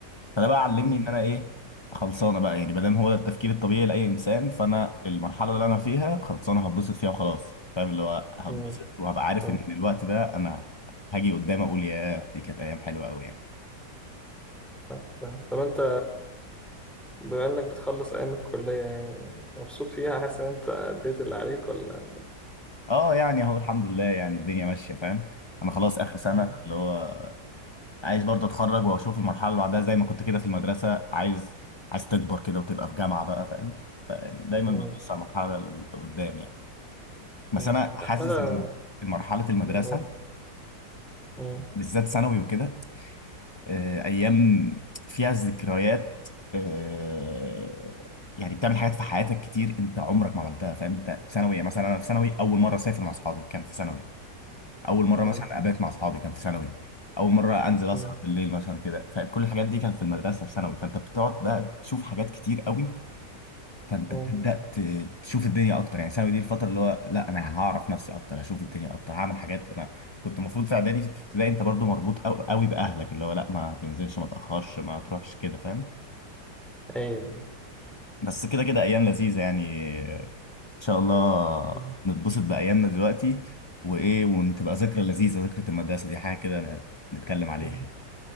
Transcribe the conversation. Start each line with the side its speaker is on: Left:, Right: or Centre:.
Left: فده بقى علمني
Centre: مم.
Left: ان انا ايه خلصانه بقى يعني بدل هو ده التفكير الطبيعي لاي انسان فانا المرحله اللي انا فيها خلصانه هتبسط فيها وخلاص فاهم اللي هو هتبسط
Centre: مم.
Left: وهبقى عارف
Centre: فاهم
Left: ان الوقت ده انا هاجي قدام اقول ياه دي كانت ايام حلوه قوي يعني
Centre: فاهم فاهم. طب انت بما انك بتخلص ايام الكلية يعني مبسوط فيها حاسس ان انت اديت اللي عليك ولا
Left: اه يعني اهو الحمد لله يعني الدنيا ماشيه فاهم انا خلاص اخر سنه
Centre: مم.
Left: اللي هو عايز برضه اتخرج واشوف المرحله اللي بعدها زي ما كنت كده في المدرسه عايز عايز تكبر كده وتبقى في جامعه بقى فاهم فيعني دايما
Centre: مم.
Left: بتبص على المرحله اللي قدام يعني بس
Centre: مم.
Left: انا حاسس
Centre: لا، بدأ
Left: ان مرحله المدرسه
Centre: من الاول مم.
Left: بالذات ثانوي وكده آه، ايام فيها ذكريات آه، يعني بتعمل حاجات في حياتك كتير انت عمرك ما عملتها فاهم انت في ثانوي يعني مثلا انا في ثانوي اول مره اسافر مع اصحابي كان في ثانوي اول مره
Centre: مم.
Left: مثلا ابات مع اصحابي كان في ثانوي اول مره انزل اسهر
Centre: مم.
Left: بالليل مثلا كده فاهم كل الحاجات دي كانت في المدرسه في ثانوي فانت بتقعد بقى تشوف حاجات كتير قوي فانت
Centre: مم.
Left: بتبدا ت- تشوف الدنيا اكتر يعني ثانوي دي الفتره اللي هو لا انا هعرف نفسي اكتر هشوف الدنيا اكتر هعمل حاجات انا كنت المفروض في اعدادي في ابتدائي انت برضو مربوط قوي قوي باهلك اللي هو لا ما تنزلش ما تاخرش ما تروحش كده فاهم
Centre: ايوه
Left: بس كده كده ايام لذيذه يعني ان شاء الله
Centre: مم.
Left: نتبسط بايامنا دلوقتي وايه وتبقى ذكرى لذيذه ذكرى المدرسه دي حاجه كده ن- نتكلم عليها
Centre: مم.
Left: يعني.